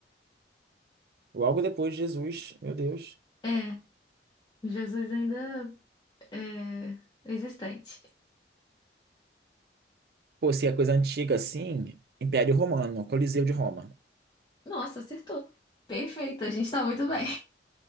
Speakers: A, on the right (about 55°); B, on the left (about 25°).
A: logo depois de Jesus, meu Deus.
B: É, Jesus ainda. É, existente.
A: Pô, se é coisa antiga assim, Império Romano, Coliseu de Roma.
B: Nossa, acertou. Perfeito, a gente tá muito bem.